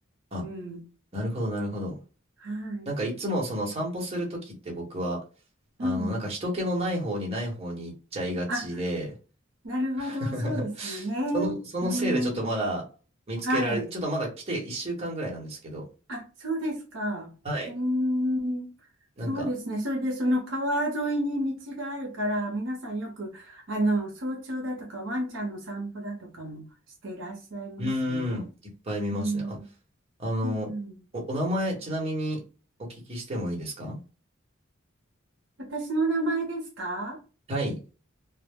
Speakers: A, on the right; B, on the right.
A: あ、
B: うん。
A: なるほど、なるほど。
B: はい。
A: なんかいつもその散歩するときって僕は、あの、
B: うん。
A: なんか人気のない方にない方に行っちゃいがちで、
B: あ、なるほど。
A: <laughs>
B: そうですよね。
A: その、そのせいでちょっとまだ見つけられ、
B: うん。はい。
A: ちょっとまだ来て1週間ぐらいなんですけど、
B: あ、そうですか。
A: はい。
B: うーん。
A: なんか、
B: そうですね。それで、その川沿いに道があるから、皆さんよく、あの、早朝だとか、ワンちゃんの散歩だとかもしていらっしゃいますよ。
A: うーん、いっぱい見ますね。
B: うん。
A: ああの、
B: うん。
A: お、お名前、ちなみにお聞きしてもいいですか
B: 私の名前ですか
A: はい。